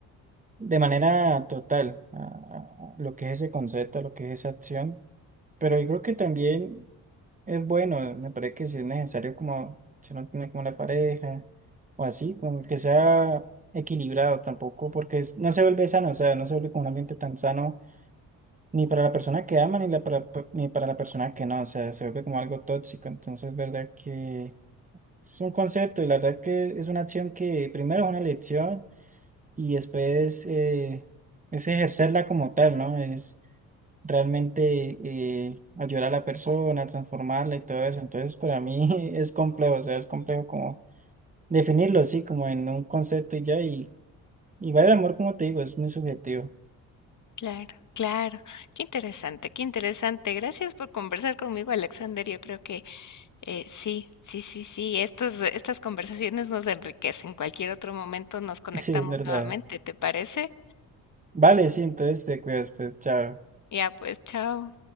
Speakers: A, on the right (about 20°); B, on the left (about 45°).
A: de manera total a, a lo que es ese concepto, a lo que es esa acción, pero yo creo que también es bueno, me parece que si es necesario como, si uno tiene como la pareja o así, como que sea equilibrado tampoco, porque es- no se vuelve sano, o sea, no se vuelve como un ambiente tan sano ni para la persona que ama, ni, la para- ni para la persona que no, o sea, se vuelve como algo tóxico. Entonces, verdad que es un concepto y la verdad que es una acción que primero es una lección y después eh, es ejercerla como tal, ¿no? Es realmente eh, ayudar a la persona, transformarla y todo eso. Entonces, para mí <laughs> es complejo, o sea, es complejo como definirlo así, como en un concepto y ya. Y igual el amor, como te digo, es muy subjetivo. <laughs>
B: Claro, claro. Qué interesante, qué interesante. Gracias por conversar conmigo, Alexander. Yo creo que Eh, sí, sí, sí, sí. Estos estas conversaciones nos enriquecen. Cualquier otro momento nos conectamos
A: Sí, es verdad.
B: nuevamente, ¿te parece?
A: Vale, sí, entonces te cuidas, pues, chao.
B: Ya pues, chao.